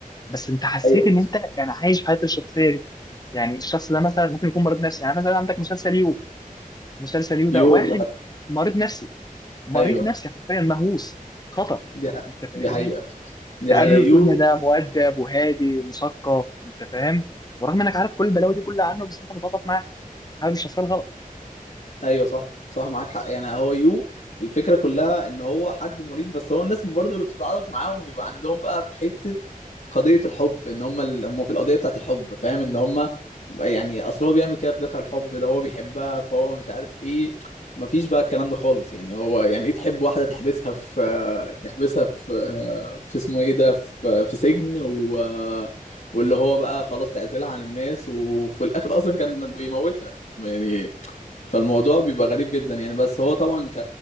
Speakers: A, on the left (about 25°); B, on the left (about 55°).
A: بس انت حسيت
B: أيوه
A: ان انت يعني عايش حياه الشخصيه دي يعني الشخص ده مثلا ممكن يكون مريض نفسي يعني مثلا عندك مسلسل يو مسلسل يو ده
B: يو
A: واحد
B: لا
A: مريض نفسي مريض
B: أيوه
A: نفسي حرفيا مهووس خطر
B: دي
A: انت فاهمني
B: دي حقيقة دي
A: تقابله
B: حقيقة
A: تقول
B: يو
A: لي ده مؤدب وهادي ومثقف انت فاهم ورغم انك عارف كل البلاوي دي كلها عنه بس انت متعاطف معاه حابب الشخصيه الغلط
B: ايوه صح صح معاك حق يعني هو يو الفكره كلها ان هو حد مريض بس هو الناس برضو اللي بتتعاطف معاهم بيبقى عندهم بقى في حته قضيه الحب ان هم ال... هم في القضيه بتاعت الحب فاهم ان هم يعني اصل هو بيعمل كده بدافع الحب ده هو بيحبها فهو مش عارف ايه مفيش بقى الكلام ده خالص يعني هو يعني ايه تحب واحده تحبسها في تحبسها في في اسمه ايه ده في, في سجن و... واللي هو بقى خلاص تعزلها عن الناس وفي الاخر اصلا كان بيموتها يعني فالموضوع بيبقى غريب جدا يعني بس هو طبعا ك...